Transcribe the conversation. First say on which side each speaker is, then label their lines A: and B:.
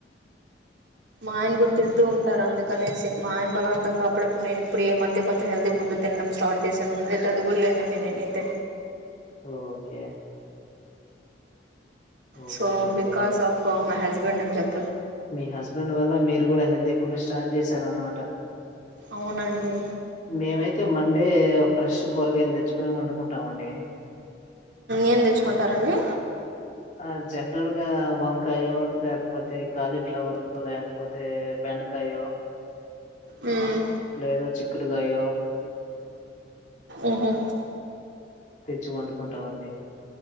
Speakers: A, on the right; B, on the left.
A: మా ఆయన కూడా తింటూ ఉంటారు అందుకనేసి మా ఆయన బలవంతంగా అప్పుడప్పుడు నేను ఇప్పుడు ఈ మధ్య కొంచెం హెల్దీ ఫుడ్ తినడం స్టార్ట్ చేశాను ముందైతే చదువురలేదండి నేనైతే
B: ఓకే ఓహ్!
A: సో
B: బెటరండి.
A: బికాస్ ఆఫ్ మై హస్బెండ్ అని చెప్తాను
B: మీ హస్బెండ్ వల్ల మీరు కూడా హెల్తీ ఫుడ్ స్టార్ట్ చేశారనమాట
A: అవునండి
B: మేమైతే మం తే ఫ్రెష్ కూరగాయలు తెచ్చుకొని వండుకుంటాం అండి
A: ఏం తెచ్చుకుంటారండి
B: ఆ జనరల్ గా వంకాయో లేకపోతే కాలీఫ్లవర్ లేకపోతే బెండకాయో
A: మ్మ్.
B: లేదో కయ్యో
A: ఉహు
B: తెచ్చి వండుకుంటామండి